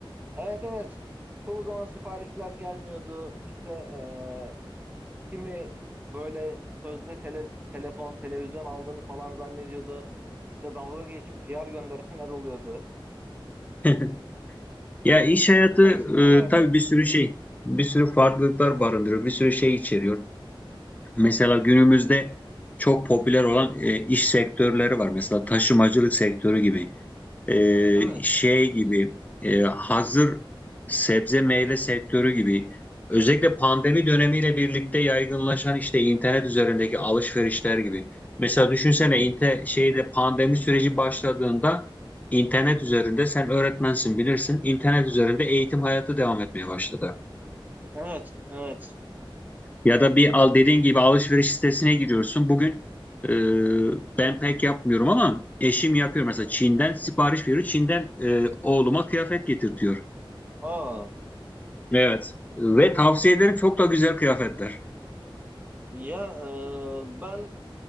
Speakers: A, on the right (about 20°); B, on the left (about 15°).
A: Evet evet. Çoğu zaman siparişler gelmiyordu. İşte eee, kimi böyle sözde tele- telefon, televizyon aldığını falan zannediyordu. İşte dalga geçip PR gönderenler oluyordu.
B: <laughs> Ya iş hayatı
A: Bu tarz şeyler vardı.
B: e, tabii bir sürü şey, bir sürü farklılıklar barındırıyor, bir sürü şey içeriyor. Mesela günümüzde çok popüler olan e, iş sektörleri var. Mesela taşımacılık sektörü gibi, e,
A: Evet.
B: şey gibi, e, hazır sebze meyve sektörü gibi. Özellikle pandemi dönemiyle birlikte yaygınlaşan işte internet üzerindeki alışverişler gibi. Mesela düşünsene
A: Hı hı.
B: inte, şeyde pandemi süreci başladığında internet üzerinde sen öğretmensin bilirsin. İnternet üzerinde eğitim hayatı devam etmeye başladı.
A: Evet, evet.
B: Ya da bir al dediğin gibi alışveriş sitesine giriyorsun. Bugün e, ben pek yapmıyorum ama eşim yapıyor.
A: Hı
B: Mesela
A: hı.
B: Çin'den sipariş veriyor. Çin'den e, oğluma kıyafet getir diyor.
A: Aa,
B: Evet. Ve tavsiye ederim çok da güzel kıyafetler.
A: ya eee, ben